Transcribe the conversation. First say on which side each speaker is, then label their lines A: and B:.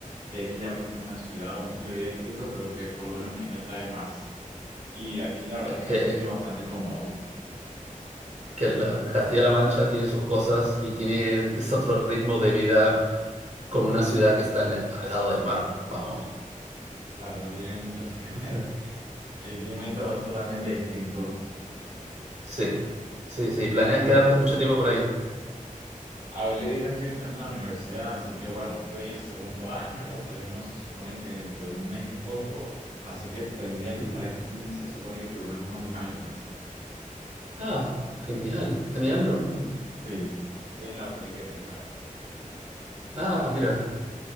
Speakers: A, on the right (about 70°); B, on the right (about 55°).
A: Y aquí ya pues es una ciudad, un estilo de vida distinto, pero que por lo menos ahí me atrae más. Y aquí la verdad
B: Es
A: es
B: que,
A: que me he sentido bastante cómodo.
B: que la- Castilla-La Mancha tiene sus cosas y tiene es otro ritmo de vida con una ciudad que está en- al lado del mar. Vamos.
A: Claro, no tiene mucho <laughs> que ver.
B: Ujú.
A: El clima y todo es totalmente distinto.
B: Sí, sí, sí. ¿Planeas
A: Y Tú,
B: quedarte mucho tiempo por ahí?
A: a ver, yo ahorita estoy estudiando en la universidad, así que bueno, estoy en segundo año, lo termino se supone que dentro de un mes y poco, así que tendría que
B: Ujú.
A: estar aquí, se supone que por lo menos unos dos años más.
B: Ah, genial, genial, ¿no?
A: Sí, Sí, en la Politécnica.
B: Ah, mira,